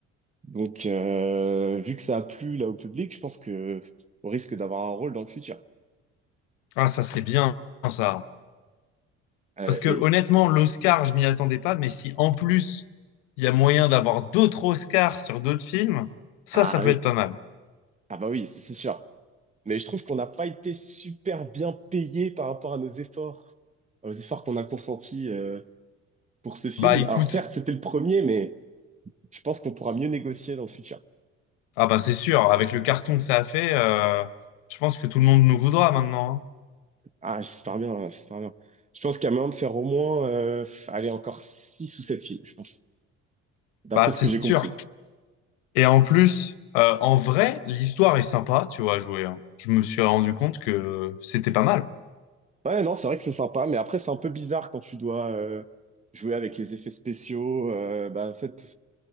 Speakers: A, on the right (about 20°); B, on the left (about 75°).
A: Donc, euh, vu que ça a plu là au public, je pense que on risque d'avoir un rôle dans le futur.
B: Ah, ça, c'est bien, ça.
A: Euh,
B: Parce que
A: et...
B: honnêtement, l'Oscar, je m'y attendais pas, mais si en plus il y a moyen d'avoir d'autres Oscars sur d'autres films, ça,
A: Ah
B: ça peut
A: oui.
B: être pas mal.
A: Ah bah oui, c'est c'est sûr. Mais je trouve qu'on n'a pas été super bien payé par rapport à nos efforts, Enfin, aux efforts qu'on a consentis euh, pour ce film.
B: Bah écoute,
A: Alors certes, c'était le premier, mais je pense qu'on pourra mieux négocier dans le futur.
B: ah bah c'est sûr, avec le carton que ça a fait, euh, je pense que tout le monde nous voudra maintenant. hein.
A: Ah, j'espère bien, hein, j'espère bien. Je pense qu'il y a moyen de faire au moins, euh, allez, encore six ou sept films, je pense, d'après
B: Bah c'est
A: ce que j'ai compris.
B: sûr. Et en plus, euh, en vrai, l'histoire est sympa, tu vois, à jouer. hein. Je me suis rendu compte que c'était pas mal.
A: Ouais, non, c'est vrai que c'est sympa, mais après, c'est un peu bizarre quand tu dois euh, jouer avec les effets spéciaux. euh, bah, en fait,